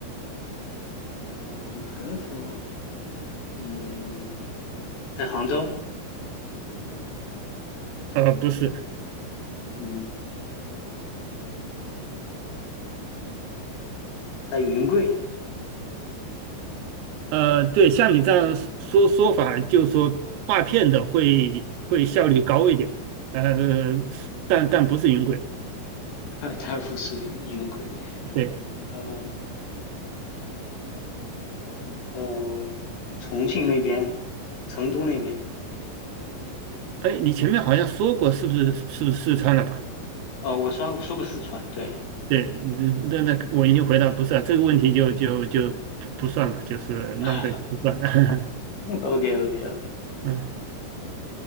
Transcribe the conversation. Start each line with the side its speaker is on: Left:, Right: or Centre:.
Left: 哦，南方，嗯，在杭州，
Right: 呃，不是。
Left: 嗯，在云贵，
Right: 呃，对，像你这样说说法，就是说画片的会会效率高一点，呃，但但不是云轨。
Left: <laughs> 太富是云云贵，
Right: 对，
Left: 嗯、呃、嗯、重庆那边，成都那边。
Right: 哎，你前面好像说过，是不是是不是四川的吧？
Left: 哦，我说我说过四川，对
Right: 对，嗯那那我已经回答不是啊，这个问题就就就不不算了，就是浪费的不算。
Left: <laughs>
Right: <laughs>
Left: ，OK OK OK，
Right: 嗯，